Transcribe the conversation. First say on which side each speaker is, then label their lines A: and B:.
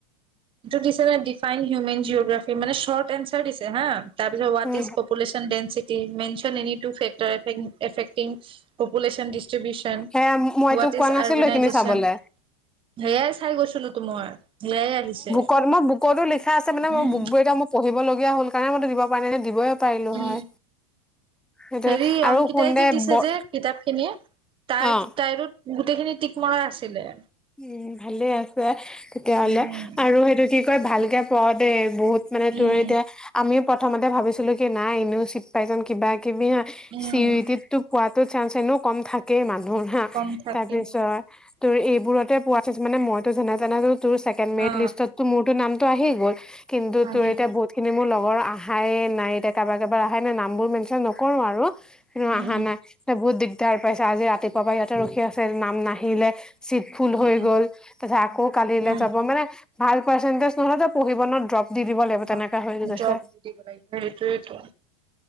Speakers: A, on the right; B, in the centre.
A: এইটো দিছে নে ডিফাইন হিউমেন জিঅ'গ্ৰাফি মানে চৰ্ট এনচাৰ দিছে হা তাৰ পিছত what
B: um
A: is population density <unintelligible> mention any two factor <unintelligible> affecting population distribution
B: সেয়া মই
A: হোৱাট
B: তোক কোৱা
A: ইজ
B: নাছিলো
A: আৰ্বনাইজেচন
B: এইখিনি চাবলে
A: সেয়াই চাই গৈছিলো তো মই। সেয়াই আহিছে।
B: কত <unintelligible> বুকতো লিখা আছে মানে
A: উম
B: মোৰ বুকবোৰ এতিয়া মই পঢ়িবলগীয়া হ'ল কাৰণে মই তোক দিব পৰা নাই <unintelligible> দিবই পাৰিলো
A: উম।
B: হয় সেইটোয়ে
A: হেৰি
B: আৰু
A: অংকিতাই
B: শুন দে
A: যে দিছে
B: ব
A: যে কিতাপ খিনিয়ে তাই
B: অ
A: - তাইৰো গোটেইখিনি টিক মৰা আছিলে।
B: উম ভালে আছে তেতিয়াহলে
A: উম
B: আৰু সেইটো কি কৈ ভালকে পঢ় দে বহুত মানে
A: উম
B: তোৰ এতিয়া আমি প্ৰথমতে ভাবিছিলো কি নাই এনেও চিট পাইজাম কিবা কিবি হা
A: উম
B: <unintelligible> পোৱাত টো চান্স এনেও কম থাকে মান <unintelligible>
A: কম থাকে
B: তাৰ পিছত তোৰ এইবোৰত <unintelligible> মানে মইতো যেনে তেনে <unintelligible> তোৰ ছেকেণ্ড‌ মেৰিট
A: অ
B: লিষ্টততো‌, ‌ মোৰ তো নাম তো আহি গ'ল। কিন্তু
A: আহিব
B: তোৰ এতিয়া, বহুত খিনি মোৰ লগৰ আহায়ে নাই, এতিয়া কাবাৰ কাবাৰ আহাই নাই, নামবোৰ মেনশ্যন নকৰোঁ আৰু। <unintelligible>
A: উম
B: আহা নাই, বহুত দিগ <unintelligible> পাইছে, আজি ৰাতিপুৱা পৰা ইয়াতে ৰখি আছে নাম নাহিলে, চিট ভুল হৈ
A: উম
B: গ'ল, তাৰপিছত আকৌ কালিলে
A: উম
B: যাব মানে ভাল পাৰ্চেন্টেজ নোহোৱাকে পঢ়িব ন, ড্ৰপ দি দিব লাগিব
A: অ
B: তেনেকা হৈ গৈছে
A: জব, <unintelligible> সেইটোৱেটো।